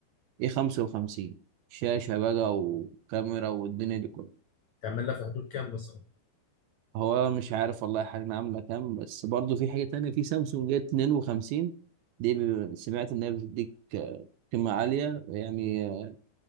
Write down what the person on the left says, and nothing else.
تعمل لها في حدود كام مثلا